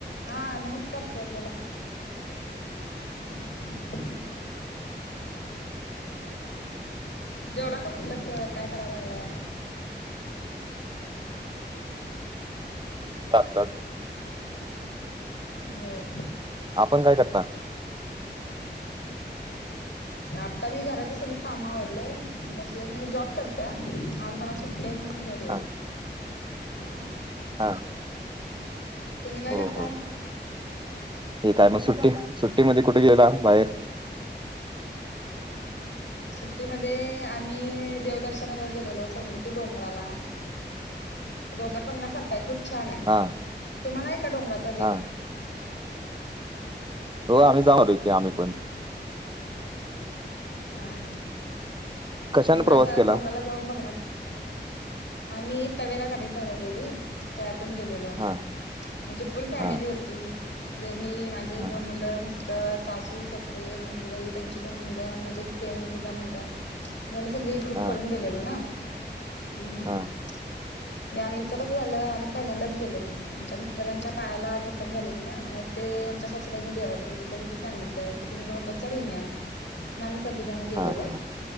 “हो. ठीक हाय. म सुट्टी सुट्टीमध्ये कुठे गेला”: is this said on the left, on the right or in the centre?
Right